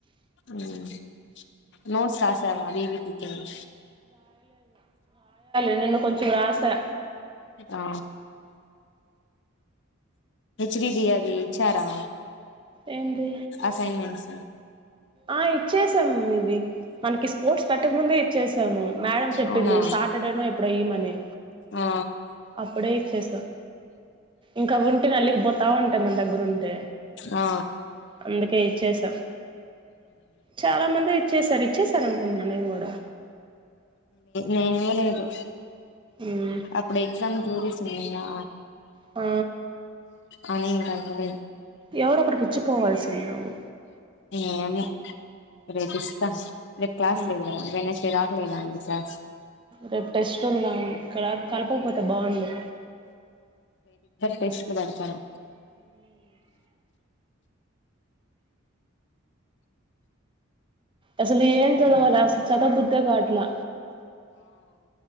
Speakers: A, on the left (about 60°); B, on the right (about 25°).
A: మ్... నోట్స్ రాసావా అవి ఇవి పీకినియ్
B: ఏదో కొంచం రాసా
A: ఆ హెచ్ డి డీఆర్ ది ఇచ్చారా
B: ఏంటి
A: అసైన్మెంట్స్
B: ఆ ఇచ్చేసాం ఇది మనకి పెట్టక ముందే ఇచ్చేసాము మేడం చెప్పింది
A: అవునా
B: సాటర్డే నో ఇప్పుడు అయ్యమని
A: ఆ
B: అప్పుడే ఇచ్చేసాం ఇంకా అవ్యఉంటే నల్లిగి పోతావుంటాయి మన దగ్గర ఉంటే
A: ఆ
B: అందుకే చేసాం చాలా మంది ఇచ్చేసారు ఇచ్చేసారు అనుకుంటున్నా నేను కూడా
A: నేను ఇవ్వలేదు
B: ఉమ్
A: అప్పుడు ఎగ్జామ్ చూపిస్తనియ్ గా
B: ఆ
A: అనీ మ <unintelligible>
B: ఎవరొ ఒకరికి ఇచ్చిపోవల్సిందినువ్వు
A: ఏమో రేపు ఇస్తా రేపు క్లాస్
B: ఉమ్
A: లేదు కదా అందుకని చిరాక్ <unintelligible> క్లాస్
B: రేపు టెస్ట్ ఉందా ఇక్కడ కలపకపోతే బావుండు
A: టెస్ట్ లు పెడతారు
B: అసలు ఏం చదవాల అసలు చతబుద్దే కావట్లా